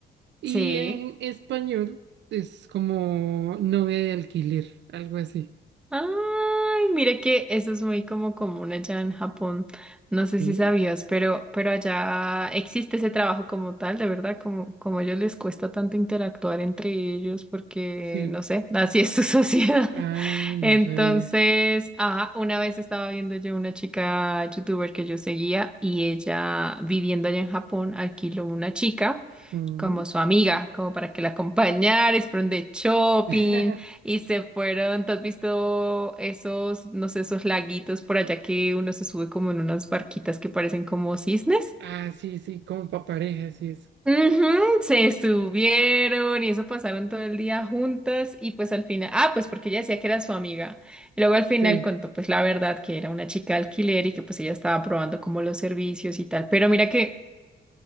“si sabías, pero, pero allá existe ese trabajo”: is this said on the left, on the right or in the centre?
Centre